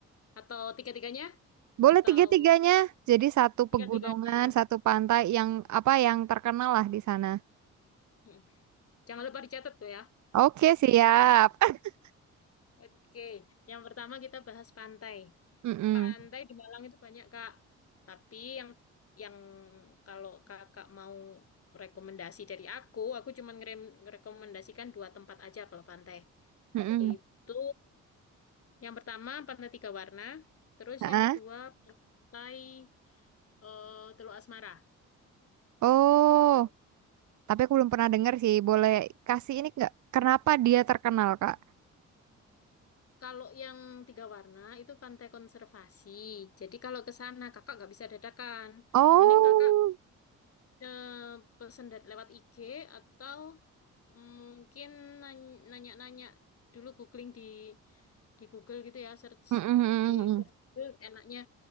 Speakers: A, on the left; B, on the right.
A: Atau tiga-tiganya?
B: Boleh
A: Atau
B: tiga-tiganya. Jadi satu
A: tiga-tiganya?
B: pegunungan, satu pantai yang apa yang terkenal lah di sana.
A: Hmm. Jangan lupa dicatat tuh ya.
B: Oke, siap. <laughs>
A: Oke, yang pertama kita bahas pantai.
B: Mm-mm.
A: Pantai di Malang itu banyak, Kak. Tapi yang yang kalau Kakak mau rekomendasi dari aku, aku cuma ngerekomendasikan dua tempat aja kalau pantai.
B: Mm-mm.
A: Itu Yang pertama Pantai Tiga Warna, terus
B: Ha-ha.
A: yang kedua Pantai eh, Teluk Asmara.
B: Oh,
A: Tuh.
B: tapi aku belum pernah dengar sih. Boleh kasih ini nggak? Kenapa dia terkenal, Kak?
A: Kalau yang tiga warna itu pantai konservasi. Jadi kalau ke sana kakak nggak bisa dadakan.
B: Oh,
A: Mending kakak eh, pesen dari- lewat IG atau mungkin nany- nanya-nanya dulu googling di di Google gitu ya, search
B: Mm-mm.
A: di Google enaknya